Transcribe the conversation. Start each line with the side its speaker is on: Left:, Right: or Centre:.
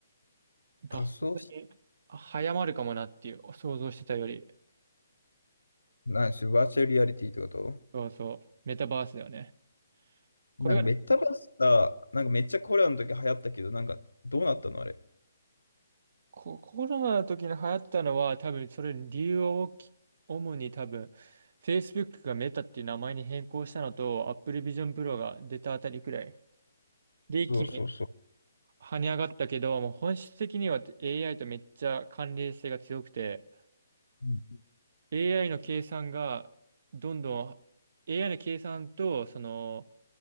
Right: が本当に早まるかもなっていう、
Left: 仮想
Right: 想像してたより、
Left: なんし、バーチャルリアリティってこと
Right: そうそう、メタバースだよね。これが
Left: なんかメタバースだ、なんかめっちゃコロナの時流行ったけど、なんかどうなったのあれ。
Right: こ、コロナの時に流行ったのは多分それ理由は大き、主に多分 Facebook がメタっていう名前に変更したのと Apple Vision Pro が出たあたりくらい。で、
Left: そうそうそう。
Right: 一気に跳ね上がったけど、もう本質的には AI とめっちゃ関連性が強くて
Left: うん
Right: AI の計算がどんどん AI の計算とその